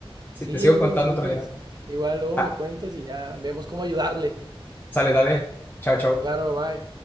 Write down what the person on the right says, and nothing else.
Sí,
no
te preocupes.
Igual luego
me cuentas y ya vemos cómo ayudarle.
Claro, bye.